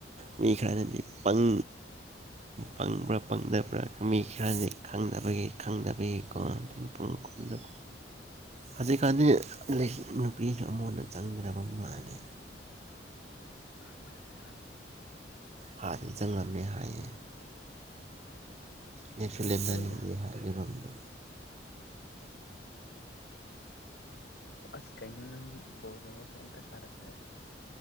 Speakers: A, on the right; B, on the left.
A: ꯃꯤ ꯈꯔꯅꯗꯤ ꯄꯪ ꯄꯪꯕ꯭ꯔꯥ ꯄꯪꯗꯕ꯭ꯔꯥ ꯃꯤ ꯈꯔꯗꯤ ꯈꯪꯗꯕꯒꯤ ꯈꯪꯗꯕꯒꯤꯀꯣ <unintelligible>
B: <inaudible>
A: ꯍꯧꯖꯤꯛꯀꯥꯟꯗꯤ ꯅꯨꯄꯤꯁꯨ ꯑꯃꯨꯛ ꯍꯟꯅ ꯆꯪꯗ꯭ꯔꯕ ꯃꯥꯜꯂꯦ
B: ꯎ <unintelligible>
A: ꯍꯥꯅꯗꯤ ꯆꯨꯪꯉꯥꯃꯦ ꯍꯥꯏꯌꯦ ꯅꯦꯐꯨꯂꯦ ꯃꯅꯤꯒꯤꯍ
B: ꯍꯣꯏꯗ
A: ꯂꯩꯔꯝꯗ
B: ꯑꯁ ꯀꯩꯅꯣ ꯅꯪꯗꯤ ꯕꯧ ꯌꯦꯡꯕꯁꯨ ꯑꯝꯇ ꯀꯥꯔꯛꯇ꯭ꯔꯦ